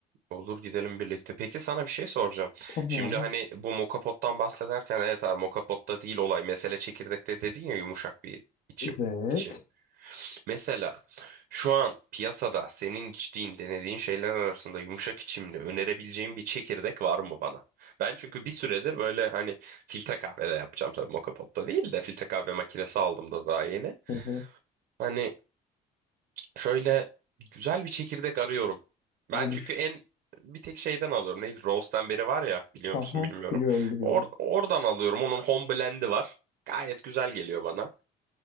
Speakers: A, on the right; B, on the left.
A: Olur gidelim birlikte. Peki sana bir şey soracağım.
B: Tabii
A: Şimdi
B: abi.
A: hani bu mokapottan bahsederken evet abi mokapotta değil olay. Mesele çekirdekte dedin ya yumuşak bir içim
B: Evet.
A: için. Mesela şu an piyasada senin içtiğin, denediğin şeyler arasında yumuşak içimli önerebileceğin bir çekirdek var mı bana? Ben çünkü bir süredir böyle hani filtre kahve de yapacağım tabii moka potta değil de filtre kahve makinesi aldım da daha yeni.
B: Hı hı.
A: Hani şöyle güzel bir çekirdek arıyorum.
B: Almış.
A: Ben çünkü en bir tek şeyden alıyorum. Neydi? Roast'tan beri var ya biliyor
B: Aha
A: musun bilmiyorum.
B: biliyorum biliyorum.
A: Or oradan alıyorum. Onun home blend'i var. Gayet güzel geliyor bana.